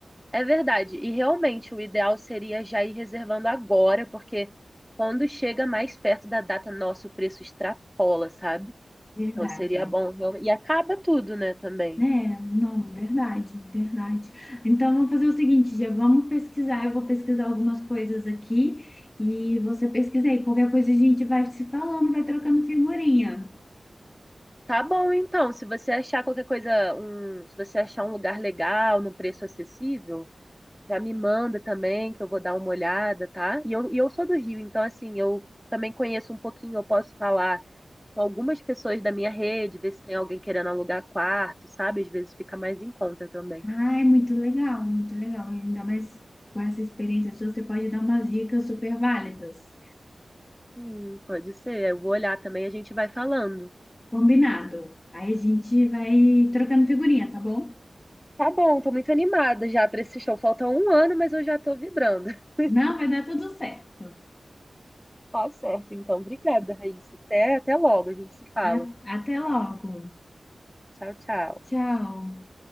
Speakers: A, in the centre; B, on the left.
A: É verdade. E realmente o ideal seria já ir reservando agora, porque quando chega mais perto da data, nosso preço extrapola, sabe?
B: Verdade.
A: Então seria bom realmente. E acaba tudo, né, também.
B: É, não, verdade, verdade. Então vamos fazer o seguinte, já vamos pesquisar. Eu vou pesquisar algumas coisas aqui e você pesquisa aí. Qualquer coisa a gente vai se falando, vai trocando figurinha.
A: Tá bom, então. Se você achar qualquer coisa, um, se você achar um lugar legal, num preço acessível, já me manda também, que eu vou dar uma olhada, tá? E eu, e eu sou do Rio, então assim, eu também conheço um pouquinho, eu posso falar com algumas pessoas da minha rede, ver se tem alguém querendo alugar quarto, sabe? Às vezes fica mais em conta também.
B: Ai, muito legal, muito legal. Ainda mais com essa experiência sua, você pode dar umas dicas super válidas.
A: Sim, pode ser. Eu vou olhar também, a gente vai falando.
B: Combinado. Aí a gente vai trocando figurinha, tá bom?
A: Tá bom, tô muito animada já pra esse show. Falta um ano, mas eu já tô vibrando. <laughs>
B: Não, vai dar tudo certo.
A: Tá certo, então. Obrigada, Raíssa. Até, até logo, a gente se fala.
B: A- até logo.
A: Tchau, tchau.
B: Tchau.